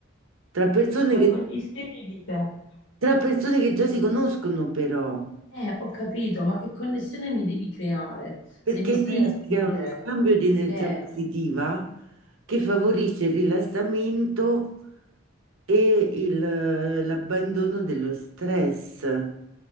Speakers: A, on the right; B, on the left.
A: tra persone
B: ma
A: che,
B: con gli semi di te.
A: tra persone che già si conoscono, però,
B: Eh, ho capito, ma che connessione mi devi creare
A: perché
B: se mi stai
A: rischia
B: a dire
A: uno scambio di energia
B: che,
A: positiva che favorisce il rilassamento e il- l'abbandono dello stress.